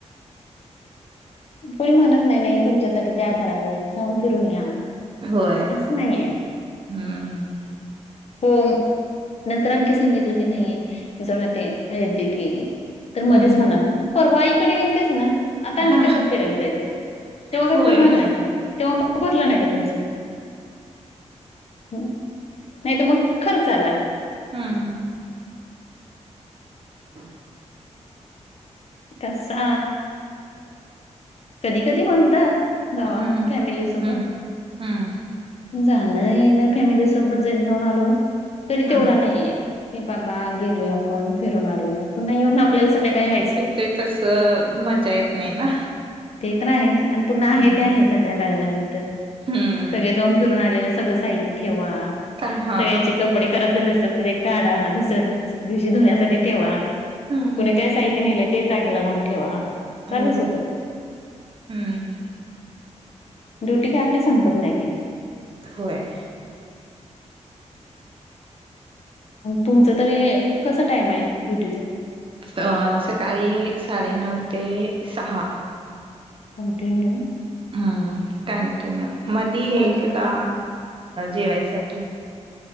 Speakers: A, on the left; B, on the right.
A: कोणी म्हणत नाही. नाही तुमच्यासाठी द्या जरा वेळ जाऊन फिरून या.
B: होय
A: असं नाहीये
B: हम्म
A: हो. नंतर आणखी सांगितलं की नाहीे जाऊन येते अयोध्ये्य की. तर मध्येच
B: हम्म
A: मणा परवाईकडे गेलतेच ना आता आणखी
B: हा
A: कशाला. फिरायला जायच तेव्हा काही
B: होय
A: फिरुण नाही का तेव्हा भरलं नाही का तुमच. ह नाही तर मग खर्च आला.
B: हम ह
A: कसा कधी कधी म्हणतात जावा
B: हम्म
A: फॅमिलीसोबत
B: हम्म हम्म
A: जाणं येण फॅमिली सोबत जरी जाऊन आलो. तरी
B: हम्म
A: तेवढा नाहीये की बाबा गेलो आपण आपण फिरून आलोय पुन्हा येऊन आपल्याला संध्याकाळी हायच
B: ते कस मजा येत नाही ना
A: ते तर आहे आणि पुन्हा
B: हम्म
A: आहे ते आहे संध्याकाळल्या नंतर
B: हम्म
A: सगळे जाऊन फिरून आलेलं सगळं साहित्य ठेवा
B: का
A: सगळ्यांची
B: हा
A: कपडे कपडे खराब झाले असात ते काढा दुसऱ्या दिवशी धुण्यासाठी ठेवा
B: हम्म
A: कुणी काय साहित्य नेलं ते जागेला लावून ठेवा.
B: होय,
A: चालूच होतं
B: हम्म
A: ड्युटी काय आपली संपत नाही ती
B: होय
A: तुमच तरी कस टाइम आहे ड्युटीच
B: अ सकाळी साडेनऊ ते सहा
A: कंटिन्यू
B: हम्, कंटिन्यू मधी
A: मध्ये
B: एकदा जेवायसाठी